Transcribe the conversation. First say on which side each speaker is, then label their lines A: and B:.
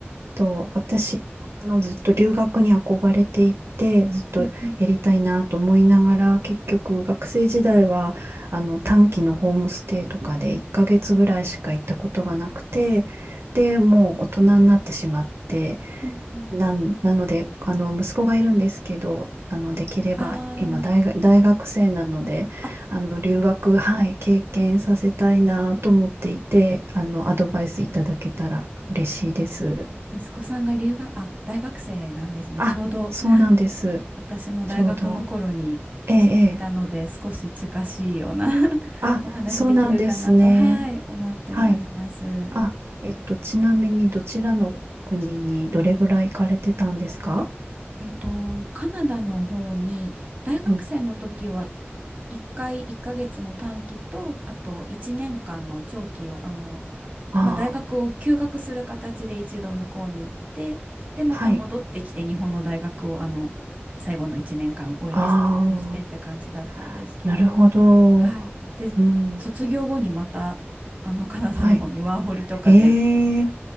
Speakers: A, on the right; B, on the right.
A: と、私、あの、ずっと留学に憧れていて、ずっとやりたいなと思いながら、
B: うんうん
A: 結局学生時代は、あの、短期のホームステイとかで1ヶ月ぐらいしか行ったことがなくて、で、もう大人になってしまって、
B: うんうん
A: なん、なので、あの、息子がいるんですけど、あの、できれば、
B: あ
A: 今大学、
B: ー
A: 大学生なので、
B: あ、
A: あの、留学、はい、経験させたいなと思っていて、あの、アドバイスいただけたら嬉しいです。
B: 息子さんが留学、あ、大学生なんですね。
A: あ、
B: ちょうど
A: そうなんです。
B: 私も大学の頃にしていたので少し近しいような
A: ちょうど。ええ、ええ。
B: <laughs>
A: あ、
B: お話できるかなと、
A: そうなんですね。
B: はい、思ってはいます。
A: はい。あ、えっと、ちなみに、どちらの国にどれぐらい行かれてたんですか
B: えっと、カナダの方に大学生の時は
A: うん。
B: 1回1ヶ月の短期とあと1年間の長期をあの、
A: あ
B: まあ、大学を休学する形で一度向こうに行ってでまた戻ってきて日本の大学をあの最後の1年間終えて卒業してって感じだったんですけど、
A: あ、はい。ああ。なるほど。
B: はい、で卒業後にまたあのカナダの方にワーホリとかで
A: うん。はい。ええ、